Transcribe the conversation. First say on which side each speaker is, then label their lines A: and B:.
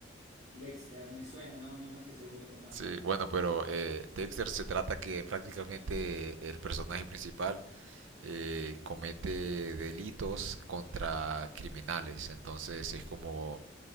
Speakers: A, on the right (about 70°); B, on the right (about 85°).
A: Dexter, me suena, no, no, no estoy seguro, contame.
B: Sí, bueno, pero eh, Dexter se trata que prácticamente el personaje principal eh, comete delitos contra criminales. Entonces es como